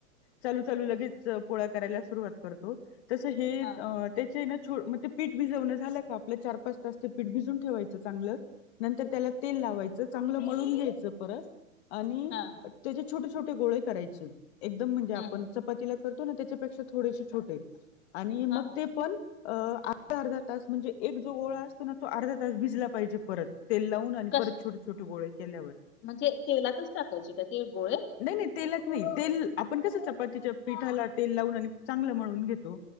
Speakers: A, on the left; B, on the left.
A: चालू चालू लगेच पोळ्या करायला सुरुवात करतो, तसं हे
B: हा
A: त्याचे हे ना छो ते पीठ भिजवणं झालं का आपलं चार पाच तास ते पीठ भिजून ठेवायचं चांगलं नंतर त्याला तेल लावायचं, चांगलं मळून घ्यायचं परत आणि
B: हा
A: त्याचे छोटे-, छोटे गोळे करायचे एकदम म्हणजे आपण
B: हम्म
A: च पतीला करतो ना त्याच्यापेक्षा थोडेसे छोटे, आणि
B: हा
A: मग ते पण अ अर्धा अर्धा तास म्हणजे एक जो गोळा असतो ना तो अर्धा तास भिजला पाहिजे परत, तेल लावून आणि
B: कस
A: परत छोटे छोटे गोळे केल्यावर.
B: म्हणजे तेलातच टाकायचे का ते गोळे?
A: नाही नाही तेलात नाही, तेल आपण कस चपातीच्या पिठाला तेल लावून, आणि चांगलं मळून घेतो